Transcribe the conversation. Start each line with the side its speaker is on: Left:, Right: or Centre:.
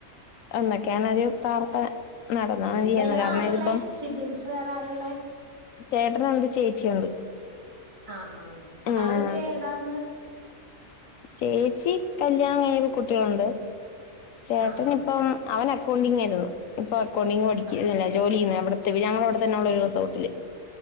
Left: എന്നൊക്കെയാണ് ഒരു പ്രാർത്ഥന നടന്നാ
Right: ഉം
Left: മതിയായിരുന്നു
Right: വേറെ
Left: കാരണം,
Right: ആരുള്ളേ
Left: ഇതിപ്പം
Right: <unintelligible> വേറെ ആരുള്ളേ?
Left: ചേട്ടനുണ്ട്, ചേച്ചിയുണ്ട്.
Right: ആഹ്,
Left: ആഹ്
Right: അവരൊക്കെ ഏതാർന്ന്?
Left: ചേച്ചി കല്യാണം കഴിഞ്ഞിപ്പ കുട്ടികളുണ്ട്, ചേട്ടനിപ്പം
Right: ആഹ്
Left: അവനക്കൗണ്ടിങ്ങായിരുന്നു. ഇപ്പൊ അക്കൗണ്ടിങ് പഠിക്ക <unintelligible>
Right: ആഹ്
Left: ജോലി ചെയ്യുന്നെ അവിടത്തെ, ഞങ്ങളവിടെത്തന്നെ ഉള്ള ഒരു റിസോർട്ടില്